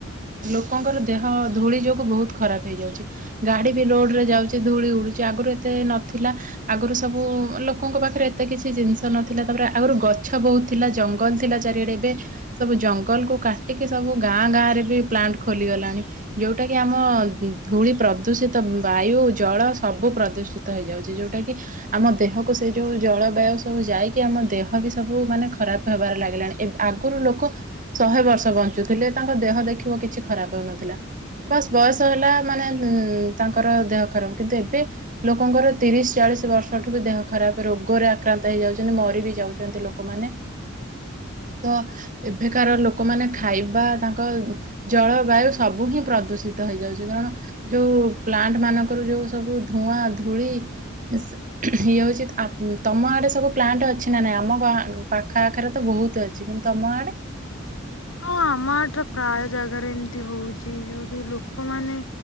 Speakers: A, on the right (about 40°); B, on the left (about 75°).
A: ଲୋକଙ୍କର ଦେହ ଧୂଳି ଯୋଗୁଁ ବହୁତ ଖରାପ ହେଇଯାଉଛି। ଗାଡି ବି ରୋଡରେ ଯାଉଚି, ଧୂଳି ଉଡୁଚି। ଆଗରୁ ଏତେ ନଥିଲା। ଆଗରୁ ସବୁ ଲୋକଙ୍କ ପାଖରେ ଏତେ କିଛି ଜିନିଷ ନଥିଲା। ତାପରେ ଆଗରୁ ଗଛ ବହୁତ ଥିଲା। ଜଙ୍ଗଲ ଥିଲା ଚାରିଆଡେ। ଏବେ ସବୁ ଜଙ୍ଗଲକୁ କାଟିକି ସବୁ ଗାଁ ଗାଁରେ ବି ପ୍ଲାଣ୍ଟ ଖୋଲିଗଲାଣି। ଯଉଟା କି ଆମ ଧୂଳି ପ୍ରଦୂଷିତ ବାୟୁ, ଜଳ, ସବୁ ପ୍ରଦୂଷିତ ହେଇଯାଉଚି। ଯଉଟା କି ଆମ ଦେହକୁ ସେ ଯଉ ଜଳ ବାୟୁ ସବୁ ଯାଇକି ଆମ ଦେହ ବି ସବୁ ମାନେ ଖରାପ ହେବାରେ ଲାଗିଲାଣି। ଏବ୍ ଆଗରୁ ଲୋକ ଶହେ ବର୍ଷ ବଞ୍ଚୁ ଞ୍ଚୁ ଥିଲେ। ତାଙ୍କ ଦେହ ଦେଖିବ କିଛି ଖରାପ ହଉନଥିଲା। ବାସ ବୟସ ହେଲା ମାନେ ଉ ତାଙ୍କର ଦେହ ଖରାପ କିନ୍ତୁ ଏବେ ଲୋକଙ୍କର ତିରିଶ ଚାଳିଶ ବର୍ଷଠୁ ବି ଦେହ ଖରାପ ରୋଗରେ ଆକ୍ରାନ୍ତ ହେଇଯାଉଚନ୍ତି, ମରି ବି ଯାଉଚନ୍ତି ଲୋକମାନେ। ତ ଏବେକାର ଲୋକମାନେ ଖାଇବା ତାଙ୍କ ଜଳବାୟୁ ସବୁ ହିଁ ପ୍ରଦୂଷିତ ହେଇଯାଉଚି କାରଣ ଯଉ ପ୍ଲାଣ୍ଟ ମାନଙ୍କରୁ ଯଉ ସବୁ ଧୂଆଁ, ଧୂଳି ଇଏ ହଉଚି, ଆ ତମ ଆଡେ ସବୁ ପ୍ଲାଣ୍ଟ ଅଛି ନା ନାହିଁ? ଆମ ଆ ପାଖ ଆଖରେ ତ ବହୁତ ଅଛି କିନ୍ତୁ ତମ ଆଡେ?
B: ହଁ, ଆମ ଏଠା ପ୍ରାୟ ଜାଗାରେ ଏମିତି ହଉଚି। ଯଉ କି ଲୋକମାନେ